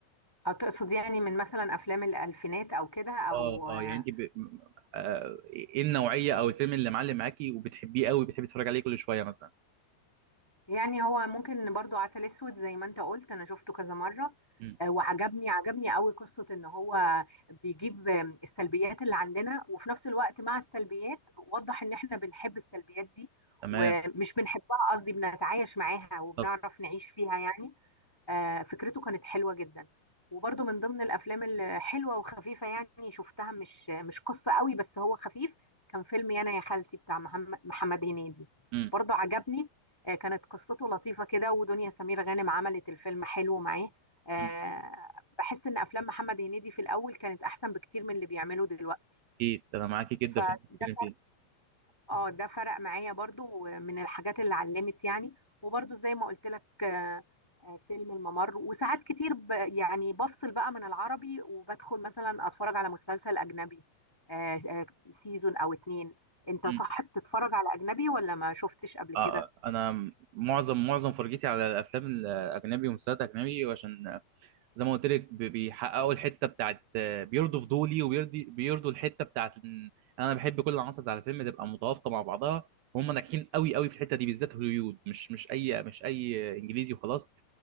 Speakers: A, on the left; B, on the right.
A: هتقصد يعني من مثلا افلام الالفينات او كده او
B: اه اه
A: آه،
B: يعني انت ب... م- آه ايه النوعيه او الفيلم اللي معلم معاكي وبتحبيه قوي بتحبي تتفرجي عليه كل شويه مثلا
A: يعني هو ممكن برضو عسل اسود زي ما انت قلت انا شفته كذا مره
B: مم.
A: آه، وعجبني عجبني قوي قصه ان هو بيجيب آم، السلبيات اللي عندنا وفي نفس الوقت مع السلبيات وضح ان احنا بنحب السلبيات دي
B: تمام
A: ومش بنحبها قصدي بنتعايش معاها وبنعرف
B: طب
A: نعيش فيها يعني آه، فكرته كانت حلوة جدا وبرده من ضمن الأفلام الحلوة وخفيفة يعني شفتها مش مش قصة قوي بس هو خفيف كان فيلم يانا يا خالتي بتاع مهم- محمد هنيدي
B: مم.
A: برضه عجبني آه، كانت قصته لطيفة كده ودنيا سمير غانم عملت الفيلم حلو معاه آه،
B: مم.
A: بحس إن أفلام محمد هنيدي في الأول كانت أحسن بكتير من اللي بيعمله دلوقتي
B: اكيد انا معاكي جدا
A: فده
B: في اللي بتتكلم فيه
A: اه ده فرق معايا برضو من الحاجات اللي علمت يعني وبرضو زي ما قلت لك آه، آه، فيلم الممر وساعات كتير ب يعني بفصل بقى من العربي وبدخل مثلا اتفرج على مسلسل اجنبي آه، آه، سيزون او اتنين انت
B: مم.
A: صح بتتفرج على اجنبي ولا ما شفتش قبل
B: آه،
A: كده
B: آه. انا معظم معظم فرجتي على الافلام الاجنبي ومسلسلات اجنبي عشان زي ما قلت لك ب- بيحققوا الحته بتاعت بيرضوا فضولي وبيرضي بيرضوا الحته بتاعت إن انا بحب كل العناصر بتاع الفيلم تبقى متوافقه مع بعضها وهم ناجحين قوي قوي في الحته دي بالذات هوليوود مش مش اي مش اي انجليزي وخلاص